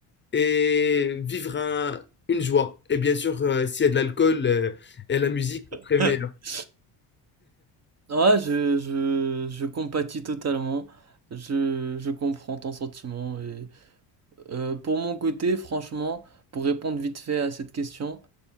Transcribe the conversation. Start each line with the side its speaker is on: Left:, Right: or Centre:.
Left: et vivre un- une joie. Et bien sûr, euh, s'il y a de l'alcool euh, et la musique, c'est
Right: <laughs>
Left: très meilleur.
Right: Ouais, je, je, je compatis totalement. Je, je comprends ton sentiment. Et, euh, pour mon côté, franchement, pour répondre vite fait à cette question,